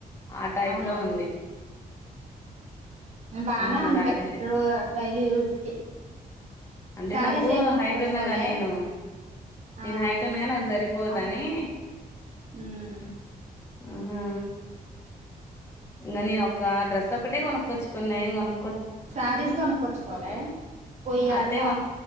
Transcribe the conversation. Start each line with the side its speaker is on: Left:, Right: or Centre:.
Left: ఆ టైప్
Right: అవును
Left: లో ఉంది
Right: బాగానే
Left: ఆ అలాంటిది
Right: ఉంటాయి డైలీ ఉస్ కి
Left: అంటే
Right: శారీస్
Left: నాకు
Right: ఏం కొనుక్కొచ్చుకోలే
Left: హైట్ ఉన్నగా నేను
Right: ఆ
Left: నేను హైట్ ఉన్నగా నాకు సరిపోదని
Right: అవ్- ఉమ్
Left: ఆహా ఇంకా నేను ఒకక్క డ్రెస్ ఒక్కటే కొనక్కొచ్చుకున్నా ఎం కొను
Right: శారీస్ కొనుక్కొచ్చుకోలే పోయ్యారుగా
Left: అత్తయ్య